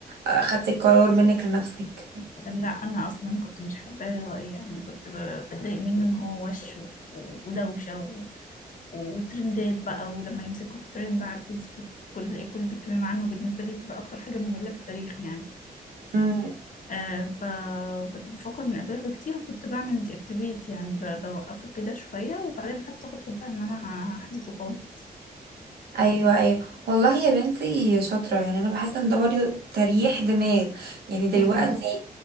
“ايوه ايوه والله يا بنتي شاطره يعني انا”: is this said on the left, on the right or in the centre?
Right